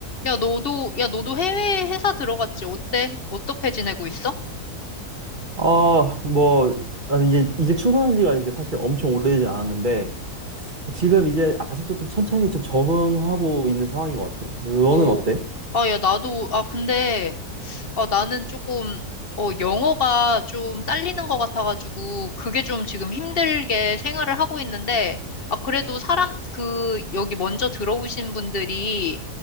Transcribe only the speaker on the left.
야, 너도, 야, 너도 해외 회사 들어갔지? 어때? 어떻게 지내고 있어?
오,
아, 야, 나도, 아, 근데, 어, 나는 조금, 어, 영어가 좀 딸리는 것 같아가지고, 그게 좀 지금 힘들게 생활을 하고 있는데, 아, 그래도 사람, 그, 여기 먼저 들어오신 분들이